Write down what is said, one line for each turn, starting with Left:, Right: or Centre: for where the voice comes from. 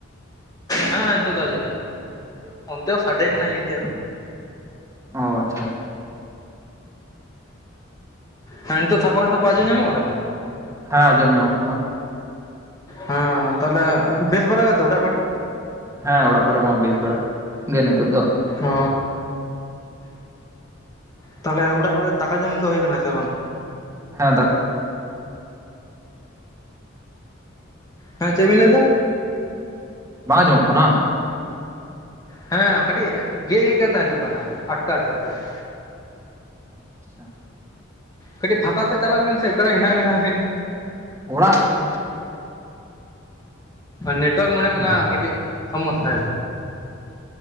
Left: ᱦᱮᱸ ᱦᱮᱸ ᱱᱤᱛᱳᱜ ᱫᱚ ᱟᱸᱡᱚᱢ ᱧᱟᱢᱚᱜ ᱠᱟᱱᱟ, ᱚᱱᱛᱮ ᱦᱚᱸ ᱥᱟᱰᱮ ᱠᱟᱱᱟ ᱤᱧ ᱴᱷᱮᱡ ᱦᱚᱸ ᱾
Right: ᱚ ᱟᱪᱪᱷᱟ ᱟᱪᱪᱷᱟ ᱾
Left: ᱦᱮᱸ, ᱱᱤᱛᱳᱜ ᱛᱷᱟᱯᱟ ᱛᱷᱟᱯᱟ ᱟᱸᱡᱚᱢ ᱧᱟᱢᱚᱜ ᱠᱟᱱᱟ ᱛᱚ?
Right: ᱦᱮᱸ, ᱟᱸᱡᱚᱢ ᱧᱟᱢᱚᱜ ᱠᱟᱱᱟ ᱾
Left: ᱦᱮᱸ, ᱛᱟᱦᱚᱞᱮ ᱵᱮᱥ ᱵᱟᱲᱟ ᱜᱮᱛᱚ ᱚᱲᱟᱜ ᱠᱚᱨᱮ᱾
Right: ᱦᱮᱸ, ᱚᱲᱟᱜ ᱠᱚᱨᱮ ᱢᱟ ᱵᱮᱥ ᱵᱟᱲᱟ ᱜᱮ ᱱᱤᱛᱚᱜ ᱫᱚ ᱾
Left: ᱚ ᱛᱟᱦᱚᱞᱮ ᱚᱲᱟᱜ ᱠᱚᱨᱮ ᱫᱟᱠᱟ ᱡᱚᱢ ᱫᱚ ᱦᱳᱭ ᱠᱟᱱᱟ ᱥᱮ ᱵᱟᱝ?
Right: ᱦᱮᱸ ᱫᱟ
Left: ᱦᱮᱸ ᱪᱮᱜᱵᱤᱱ ᱞᱟᱹᱭᱮᱫᱟ?
Right: ᱵᱟᱝ ᱟᱡᱚᱢᱚᱜ ᱠᱟᱱᱟ?
Left: ᱦᱮᱸ ᱠᱟᱹᱴᱤᱡ ᱜᱮᱫ ᱜᱮᱫ ᱠᱟᱛᱮ ᱦᱤᱡᱩᱜ ᱠᱟᱱᱟ, ᱟᱴᱠᱟ ᱟᱴᱠᱟ ᱛᱮ ᱾
Right: ᱟᱪᱪᱷᱟ ᱾
Left: ᱠᱟᱹᱴᱤᱡ ᱯᱷᱟᱸᱠᱟ ᱥᱮᱫ ᱪᱟᱞᱟᱜ ᱵᱤᱱᱥᱮ ᱚᱠᱟᱨᱮ ᱦᱮᱱᱟᱜ ᱵᱮᱱᱟ ᱠᱟᱹᱡ ᱾
Right: ᱚᱲᱟᱜ ᱨᱮ ᱾
Left: ᱱᱮᱴᱳᱣᱟᱨᱠ ᱢᱚᱱᱮ ᱦᱩᱭᱩᱜ ᱠᱟᱱᱟ ᱠᱟᱹᱴᱤᱡ ᱥᱚᱢᱚᱥᱟ